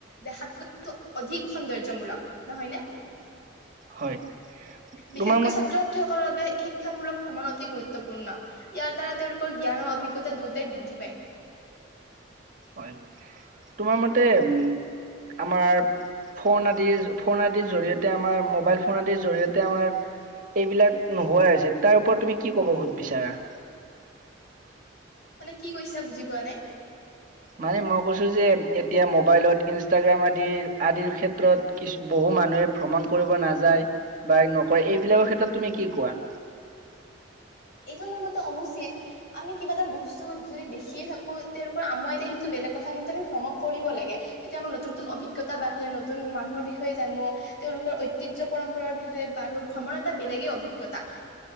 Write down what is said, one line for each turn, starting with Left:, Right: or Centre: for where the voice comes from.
Left: দেখাত <unintelligible> অধিক সৌন্দৰ্য্যমূলক নহয় নে?
Right: হয়
Left: বিশেষকৈ
Right: তোমাৰ মত
Left: ছাত ছাত্ৰ ছাত্ৰীসকলৰ বাবে শিক্ষামূলক ভ্ৰমণ অতি গুৰুত্বপূৰ্ণ। ইয়াৰ দ্বাৰা তেওঁলোকৰ জ্ঞানৰ অভিজ্ঞতা দু টাই বৃদ্ধি পায়।
Right: হয়। তোমাৰ মতে উম আমাৰ ফোন আদিৰ, ফোন আদিৰ জৰিয়তে আমাৰ, মোবাইল ফোন আদিৰ জৰিয়তে আমাৰ এইবিলাক নোহোৱাাই হৈছে, তাৰ ওপৰত তুমি কি ক'ব বিচাৰা?
Left: মানে কি কৈছা বুজি পোৱা নাই?
Right: মানে মই কৈছোঁ যে এতিয়া মোবাইলত ইনষ্টাগ্ৰাম আদিৰ আদিৰ ক্ষেত্ৰত কিছু বহু মানুহে ভ্ৰমণ কৰিব নাযায় বা নকৰে এইবিলাকৰ ক্ষেত্ৰত তুমি কি কোৱা?
Left: এইটো মোৰ মতে অনুচিত। আমি কিবা এটা বস্তু যদি দেখিয়ে থাকোঁ তেওঁলোকৰ আমুৱাই যে সেইটো বেলেগ কথা কিন্তু আমি ভ্ৰমণ কৰিব লাগে। এতিয়া আমাৰ নতুন নতুন অভিজ্ঞতা বাঢ়ে নতুন মানুহৰ বিষয়ে জানোঁ তেওঁলোকৰ ঐত ঐতিহ্য পৰম্পৰাৰ বিষয়ে বাৰু ভ্ৰমণ এটা বেলেগেই অভিজ্ঞতা।